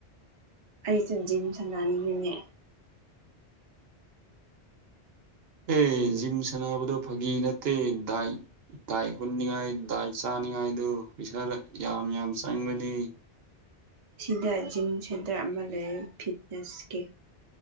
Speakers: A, on the right (about 45°); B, on the right (about 65°).
A: ꯑꯩꯖꯨ ꯖꯤꯝ ꯁꯟꯅꯅꯤꯡꯉꯤꯅꯦ
B: ꯑꯦ ꯖꯤꯝ ꯁꯥꯟꯅꯕꯗꯣ ꯐꯥꯒꯤ ꯅꯠꯇꯦ ꯗꯥꯏꯠ ꯗꯥꯏꯠ ꯍꯨꯟꯅꯤꯉꯥꯏ ꯗꯥꯏꯠ ꯆꯥꯅꯤꯡꯉꯥꯏꯗꯨ ꯄꯩꯁꯥ ꯂ ꯌꯥꯝ ꯌꯥꯝ ꯆꯪꯕꯅꯤ
A: ꯁꯤꯗ ꯖꯤꯝ ꯁꯦꯟꯇꯔ ꯑꯃ ꯂꯩꯏ ꯐꯤꯠꯅꯦꯁꯀꯤ